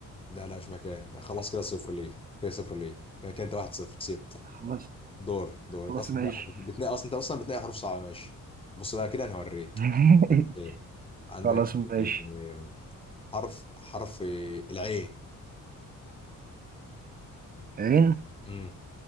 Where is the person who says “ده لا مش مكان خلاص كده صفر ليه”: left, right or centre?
Left